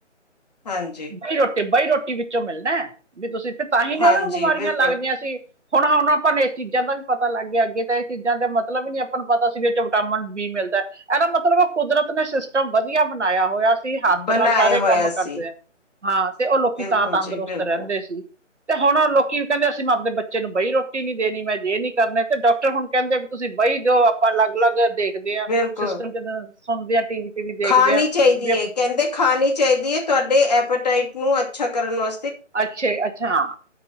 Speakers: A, on the left; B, on the right.
A: ਹਾਂਜੀ
B: ਬਈ ਰੋਟੀ, ਬਾਈ ਰੋਟੀ ਵਿੱਚੋਂ ਮਿਲਣਾ ਵੀ ਤੁਸੀ ਤਾਂ ਹੀ
A: ਹਾਂਜੀ
B: ਨਾ ਉਨਾਂ ਨੂੰ ਬਿਮਾਰੀਆਂ
A: ਬਿਲਕੁਲ
B: ਲੱਗਦੀਆਂ ਸੀ ਹੁਣ, ਹੁਣ ਆਪਾਂ ਨੇ ਏਸ ਚੀਜ਼ਾਂ ਦਾ ਵੀ ਪਤਾ ਲੱਗ ਗਿਆ ਅੱਗੇ ਤਾਂ ਏ ਚੀਜ਼ਾਂ ਦੇ ਮਤਲਬ ਵੀ ਨੀ ਆਪਾਂ ਨੂੰ ਪਤਾ ਸੀ ਵੀ ਏਸ ਚੋ ਵਿਟਾਮਿਨ ਬੀ ਮਿਲਦਾ। ਏਦਾ ਮਤਲਬ ਕੁਦਰਤ ਕੁਦਰਤ ਨੇ ਸਿਸਟਮ ਵਧੀਆ ਬਣਾਇਆ ਹੋਇਆ ਸੀ ਹੱਥ
A: ਬਣਾਏ
B: ਨਾਲ ਸਾਰੇ
A: ਹੋਇਆ
B: ਕੰਮ
A: ਸੀ
B: ਕਰਦੇ ਆ ਹਾਂ ਤੇ ਓ ਲੋਕੀ
A: ਬਿਲਕੁਲ
B: ਤਾਂ ਤੰਦਰੁਸਤ
A: ਜੀ ਬਿਲਕੁਲ
B: ਰੇਂਦੇ ਸੀ ਤੇ ਹੁਣ ਲੋ ਕੀ ਕੇਂਦੇ ਸੀ ਅਸੀ <unintelligible> ਬੱਚੇ ਨੂੰ ਬਈ ਰੋ ਰੋਟੀ ਨੀ ਦੇਣੀ ਮੈਂ ਜੇ ਨੀ ਕਰਨਾ ਤੇ ਡਾਕਟਰ ਹੁਣ ਕੇਂਦੇ ਵੀ ਤੁਸੀਂ ਬਈ ਦਿਓ ਆਪਾ ਅਲਗ-ਅਲਗ ਦੇ ਦਿਆ
A: ਬਿਲਕੁਲ
B: ਸਿਸਟਮ ਕਿਦਾ ਸੁਣਦੇ ਆ ਟੀ ਵੀ ਤੇ ਵੀ ਦੇਖਦੇ
A: ਖਾਣੀ
B: ਆ
A: ਚਾਈਦੀ
B: ਵੀ
A: ਏ ਕੇਂਦੇ ਖਾਣੀ ਚਾਈਦੀ ਏ ਤੁਆਡੇ ਐਪਟਾਈਟ ਨੂੰ ਅੱਛਾ ਕਰਨ ਵਾ
B: ਅੱਛੇ ਅੱਛਾ।